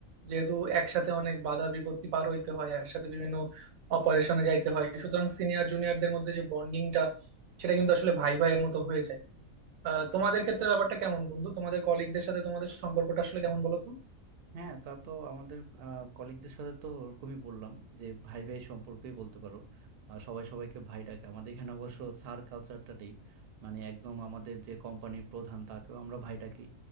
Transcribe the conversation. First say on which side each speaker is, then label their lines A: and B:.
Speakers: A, on the right (about 85°); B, on the right (about 65°).
A: যেহেতু একসাথে অনেক বাধা বিপত্তি পার হইতে হয় একসাথে বিভিন্ন অপারেশনে যাইতে হয় সুতরাং সিনিয়র জুনিয়রদের মধ্যে যে বন্ডিংটা সেটা কিন্তু আসলে ভাই ভাইয়ের মতো হয়ে যায় আহ, তোমাদের ক্ষেত্রে ব্যাপারটা কেমন বন্ধু তোমাদের কলিগদের সাথে তোমাদের সম্পর্কটা আসলে কেমন বলো তো
B: হ্যাঁ তা তো আমাদের কলিগদের সাথে তো ওরকমই বললাম যে ভাই ভাই সম্পর্কেই বলতে পারো আহ, সবাই সবাইকে ভাই ডাকে আমাদের এখানে অবশ্য স্যার কালচারটা নেই মানে একদম আমাদের যে কোম্পানির প্রধান তাকেও আমরা ভাই ডাকি